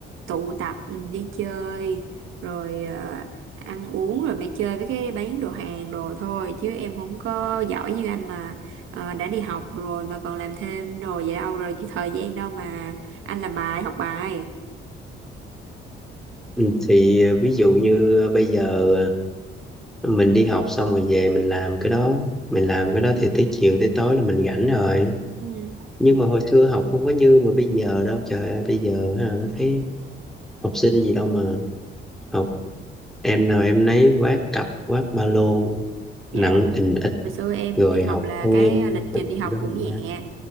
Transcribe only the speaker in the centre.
Ừ, Thì ờ, ví dụ như à, bây giờ à, mình đi học xong rồi về mình làm cái đó mình làm cái đó thì tới chiều tới tối là mình rảnh rồi
nhưng mà hồi xưa học không có như mà bây giờ đâu trời ơi bây giờ ha thấy học sinh gì đâu mà học em nào em nấy vác cặp vác ba lô
nặng ình ịch
rồi
học
thêm
tự
dưng
á.